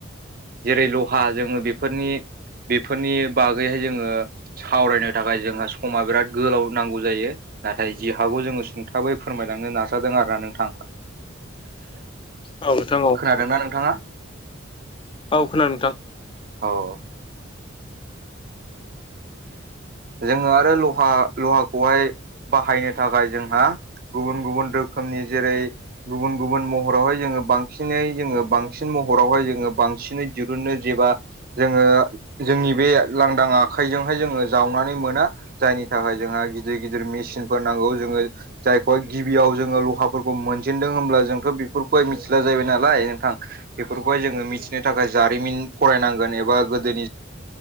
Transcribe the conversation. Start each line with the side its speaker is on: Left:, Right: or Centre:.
Right: जेरै लहा जोङो बेफोरनि बेफोरनि बागैहाय सावरायनो थाखाय जोंहा सम मा बिराद गोलाव नांगौ जायो नाथाय जि हागौ जोङो सुंथाबै फोरमायलांनो नाजादों आरोना नोंथां
Left: औ नोंथां
Right: खोनादोंना नोंथाङा
Left: औ खोनादों नोंथां
Right: औ जोङो आरो लहा लहाखौहाय बाहायनो थाखाय जोंहा गुबुन गुबुन रोखोमनि जेरै गुबुन गुबुन महरावहाय जोङो बांसिनै जोङो बांसिन महरावहाय जोङो बांसिनै दिरुनो जेबा जोङो जोंनि बे लांदाङा खाइजोंहाय जोङो जावनानै मोना जायनि थाखाय जोंहा गिदिर गिदिर मेसिनफोर नांगौ जोङो जायखौहाय गिबियाव जोङो लहाफोरखौ मोनजेनदों होमब्ला जोंथ बिब फोरखौहाय मिथिला जाहैबाय नालाय नोंथां बेफोरखौहाय जोङो मिथिनो थाखाय जारिमिन फरायनांगोन एबा गोदोनि